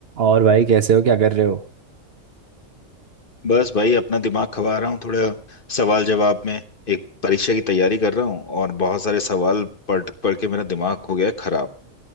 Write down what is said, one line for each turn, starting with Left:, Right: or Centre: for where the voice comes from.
Right: और भाई कैसे हो क्या कर रहे हो
Left: बस भाई अपना दिमाग खवा रहा हूँ थोड़ा सवाल जवाब में एक परीक्षा की तैयारी कर रहा हूँ और बहुत सारे सवाल पढ़ पढ़ के मेरा दिमाग हो गया है खराब